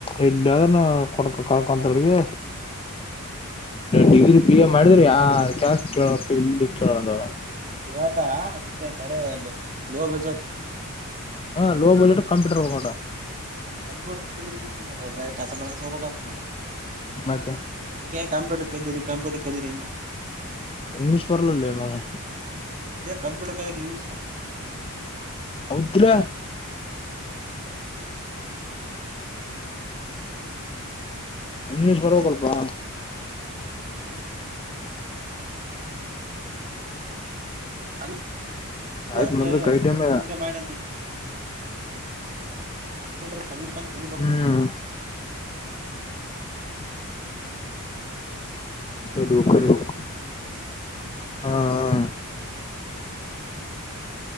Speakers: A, on the left (about 25°); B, on the right (about 35°).
A: ಇಲ್ಲಿದ ಕೊ ಕಕಾಂತರಿಗೆ ಡಿಗ್ರಿ ಬಿ ಎ ಮಾಡಿದ್ರ ಯ ಹಾ ಕ ಕೇಳೋಪ್ಪ ಇಲ್ಲಿ ಕೇಳದ
B: ಹೇಳ್ತಾರಾ ಅಷ್ಟೇ ಬರಲ್ಲ ಲೋ ಬಜೆಟ್
A: ಹಾಂ ಲೋ ಬಡ್ಜೆಟ್ ಕಂಪೂಟರ್ ಹಕ್ಕಂಟ
B: ಕಂಪ್ಯೂಟರ್ ಸ್ಕ ನ ಬರ ಕಸ ಮ ಬತ್ ನ
A: ಮತ್ತೆ
B: ಅ ಕಂಪ್ಯೂಟರ್ ಕಲಿರಿ ಕಂಪ್ಯೂಟರ್ ಕಲಿರಿ.
A: ಇಂಗ್ಲಿಷ್ ಬರಲಲ್ಲೇ ಮಮ್ಮ.
B: ಕಂಪ್ಯೂಟರ್ ಇಂಗ್ಲೀಷ್ ತ.
A: ಹೋದ್ರ. ಇಂಗ್ಲಿಷ್ ಬರಬೇಕು ಲಪ್ಪಾ.
B: ಇಲ್ ಅ ಅಂದ
A: ಆಯ್ತ್ ಮುಂದಕ್ ಐಟಮ
B: ನಿಂಗ ಮಾಡ. ಕಂಪ್ಯೂಟರ್ನಲ್ಲಿ. ಕಲಿಬೇಕ
A: ಹ್ಮ್ ಕಲಿಬೇಕು ಕಲಿಬೇಕು ಹಾ ಹಾ.